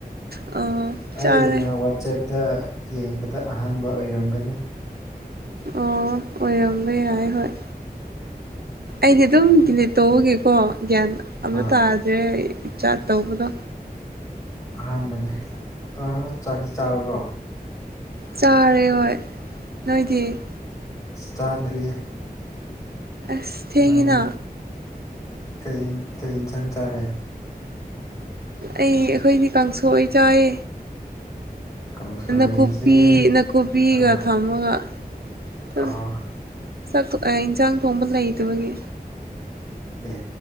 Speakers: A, on the right; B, on the left.
A: ꯑ
B: ꯑꯩꯅ
A: ꯆꯥꯔꯦ
B: ꯋꯥꯆꯦꯞꯇ ꯌꯦꯡꯕꯗ ꯑꯍꯥꯟꯕ ꯑꯣꯏꯔꯝꯒꯅꯤ
A: ꯑꯣ ꯑꯣꯏꯔꯝꯕ ꯌꯥꯥꯏ ꯍ‌ꯣꯏ ꯑꯩꯗꯤ ꯑꯗꯨꯝ ꯗꯤꯂꯤꯠ ꯇꯧꯕꯒꯤꯀꯣ ꯒ꯭ꯌꯥꯟ ꯑꯝꯇ
B: ꯑꯥ
A: ꯇꯥꯗ꯭ꯔꯦ ꯆꯥꯠ ꯇꯧꯕꯗꯣ
B: ꯑꯍꯥꯟꯕꯅꯦ ꯑꯗꯣ ꯆꯥꯛꯇꯤ ꯆꯥꯔꯕꯣ
A: ꯆꯥꯔꯦ ꯍꯣꯏ ꯅꯣꯏꯗꯤ
B: ꯆꯥꯗ꯭ꯔꯤꯌꯦ
A: ꯑꯁ ꯊꯦꯡꯉꯤꯅ
B: ꯅꯪ ꯀꯩ ꯀꯩ ꯏꯟꯁꯥꯡ ꯆꯥꯔꯦ
A: ꯑꯩ ꯑꯩꯈꯣꯏꯗꯤ ꯀꯥꯡꯁꯣꯏ ꯆꯥꯏꯑ‌ꯦ
B: ꯀꯥꯡꯁꯣꯏꯁꯦ
A: ꯅꯥꯀꯨꯞꯄꯤ ꯅꯥꯀꯨꯞꯄꯤꯒ
B: ꯑꯥ
A: ꯊꯝꯃꯒ ꯑꯗꯨꯝ
B: ꯑꯥ
A: ꯆꯥꯛꯇꯣ ꯏꯟꯖꯥꯡ ꯊꯣꯡꯕ ꯂꯩꯇꯕꯒꯤ
B: ꯑꯦ